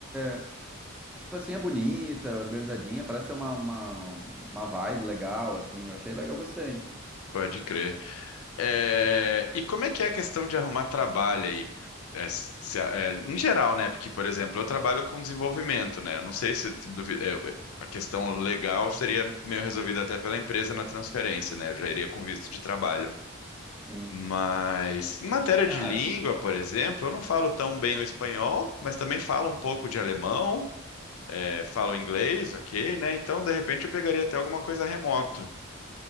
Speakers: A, in the centre; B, on the left.
A: é, tipo assim, é bonita, organizadinha, parece ter uma, uma, uma vibe legal, assim. Eu achei legal, eu gostei.
B: Pode crer. É, E como é que é a questão de arrumar trabalho aí? É, se- a- é, em geral, né? Porque, por exemplo, eu trabalho com desenvolvimento, né? Eu não sei se duvi- é, a questão legal seria meio resolvida até pela empresa na transferência, né? Eu já iria com visto de trabalho.
A: Sim.
B: Mas em matéria
A: Cara,
B: de língua, por exemplo, eu não falo tão bem o espanhol, mas também falo um pouco de alemão, eh, falo inglês, ok, né? Então, de repente, eu pegaria até alguma coisa remoto.